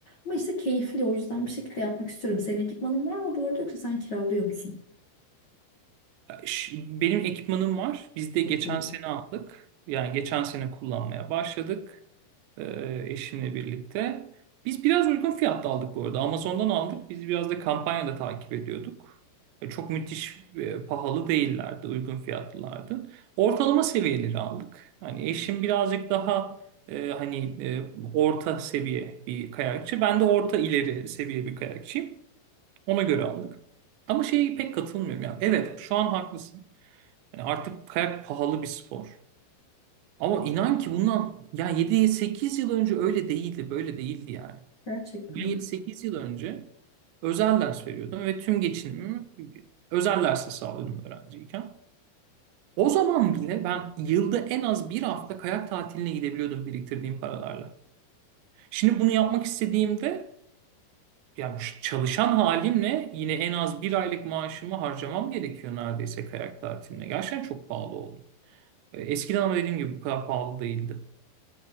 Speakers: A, on the left; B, on the right.
A: Ama işte keyifli o yüzden bir şekilde yapmak istiyorum. Senin ekipmanın var mı bu arada yoksa sen kiralıyor musun?
B: Ş- Benim ekipmanım var. Biz de
A: Çok
B: geçen
A: iyi.
B: sene aldık. Yani geçen sene kullanmaya başladık. Ee, eşimle birlikte. Biz biraz uygun fiyatta aldık bu arada. Amazon'dan aldık. Biz biraz da kampanyada takip ediyorduk. E, Çok müthiş e, pahalı değillerdi. Uygun fiyatlılardı. Ortalama seviyeleri aldık. Hani eşim birazcık daha e, hani e, orta seviye bir kayakçı. Ben de orta ileri seviye bir kayakçıyım. Ona göre aldık. Ama şeye pek katılmıyorum ya. Evet, şu an haklısın. Yani artık kayak pahalı bir spor. Ama inan ki bundan ya yedi sekiz yıl önce öyle değildi, böyle değildi yani.
A: Gerçekten.
B: Ben
A: mi?
B: yedi sekiz yıl önce özel ders veriyordum ve tüm geçinimimi özel derse sağlıyordum öğrenciyken. O zaman bile ben yılda en az bir hafta kayak tatiline gidebiliyordum biriktirdiğim paralarla. Şimdi bunu yapmak istediğimde ya şu çalışan halimle yine en az bir aylık maaşımı harcamam gerekiyor neredeyse kayak tatiline. Gerçekten çok pahalı oldu. E, Eskiden ama dediğim gibi bu kadar pahalı değildi.